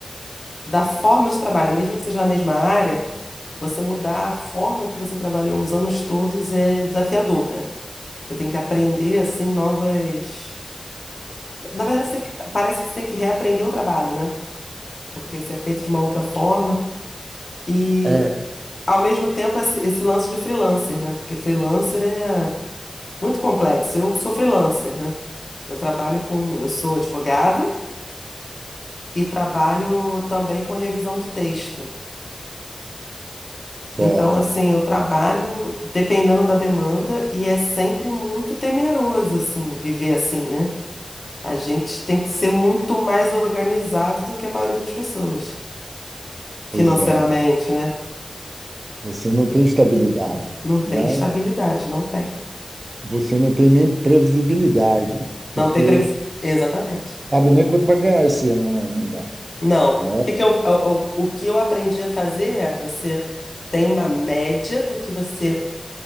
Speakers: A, on the left; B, on the right.
A: da forma de trabalho, mesmo que seja na mesma área, você mudar a forma que você trabalhou os anos todos é desafiador, né? Você tem que aprender, assim, novas. Na verdade, você tem que... parece que você tem que reaprender o trabalho, né? Porque você é feito de uma outra forma. E,
B: É,
A: ao mesmo tempo, esse esse lance de freelancer, né? Porque freelancer é muito complexo. Eu sou freelancer, né? Eu trabalho com. Eu sou advogada e trabalho também com revisão de texto.
B: certo.
A: Então, assim, eu trabalho dependendo da demanda e é sempre muito temeroso, assim, viver assim, né? A gente tem que ser muito mais organizado do que a maioria das pessoas, financeiramente,
B: Pois é.
A: né?
B: Você não tem estabilidade,
A: Não tem
B: né?
A: estabilidade, não tem.
B: Você não tem nem previsibilidade, porque
A: Não tem previsão. Exatamente.
B: sabe nem quanto vai ganhar esse ano ainda,
A: Não. O
B: né?
A: que que eu, eu- eu- o que eu aprendi a fazer é você tem uma média do que você